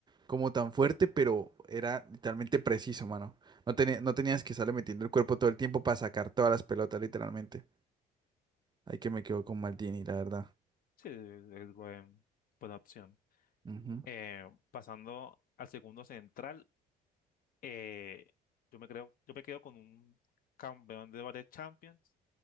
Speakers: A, on the right; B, on the left.
A: como tan fuerte, pero era literalmente preciso, mano. No tenía, no tenías que estarle metiendo el cuerpo todo el tiempo para sacar todas las pelotas, literalmente. Ahí que me quedo con Maldini, la verdad.
B: sí, es buen- buena opción.
A: Ujú.
B: Eh, pasando al segundo central, eh, yo me creo, yo me quedo con un campeón de varias Champions.